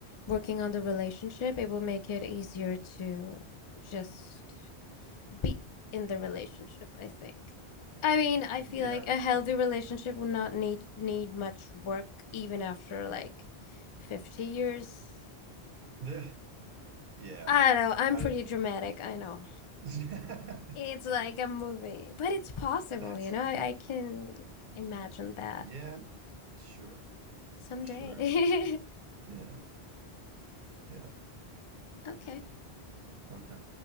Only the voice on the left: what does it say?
working on the relationship, it will make it easier to just be in the relationship, I think. I mean, I feel
like a healthy relationship will not need need much work even after like 50 years.
I don't know, I'm
pretty
dramatic, I know.
It's like a movie, but it's possible,
you know?
I, I can imagine that
someday.
<laughs>
Okay.